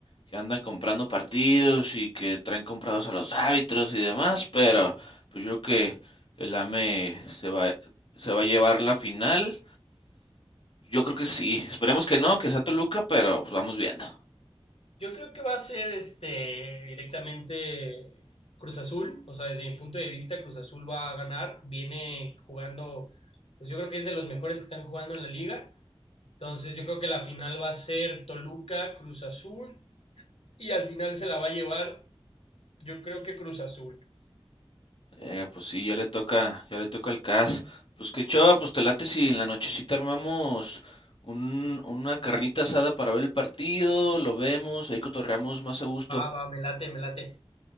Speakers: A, on the left (about 60°); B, on the left (about 85°).
A: que andan comprando partidos y que traen comprados a los árbitros y demás, pero pues yo creo que el AME se va, se va a llevar la final. Yo creo que sí. Esperemos que no, que sea Toluca, pero pues vamos viendo.
B: Yo creo que va a ser este directamente Cruz Azul, o sea, desde mi punto de vista Cruz Azul va a ganar, viene jugando, pues yo creo que es de los mejores que están jugando en la liga, entonces yo creo que la final va a ser Toluca, Cruz Azul y al final se la va a llevar, yo creo que Cruz Azul.
A: Eh, pues sí, ya le toca, ya le toca al CAS. Pues qué chava, pues te late si en la nochecita armamos un- una carnita asada para ver el partido, lo vemos, ahí cotorreamos más a gusto.
B: Va, va, me late, me late.